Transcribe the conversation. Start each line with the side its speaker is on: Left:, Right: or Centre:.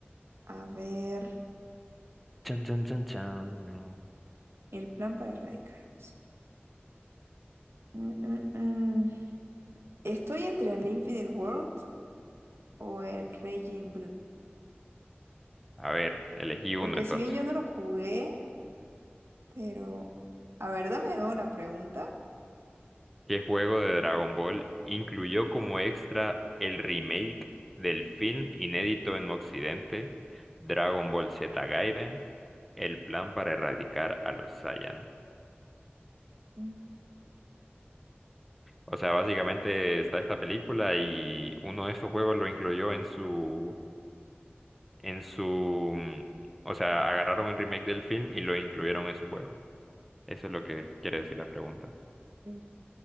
Right: A ver,
Centre: Chan, chan, chan, chan.
Right: el plan para erradicarlos. Mm, mm, mm. Estoy entre el Infinite World o el Raging Blue.
Centre: A ver, elegí uno
Right: Porque
Centre: entonces.
Right: si bien yo no lo jugué, pero... A ver, dame de nuevo la pregunta.
Centre: ¿Qué juego de Dragon Ball incluyó como extra el remake del film inédito en Occidente, Dragon Ball Z Gaiden, el plan para erradicar a los Saiyan?
Right: Mm,
Centre: O sea, básicamente está esta película y uno de estos juegos lo incluyó en su en su, mm, o sea, agarraron el remake del film y lo incluyeron en su juego. Eso es lo que quiere decir la pregunta.
Right: mm.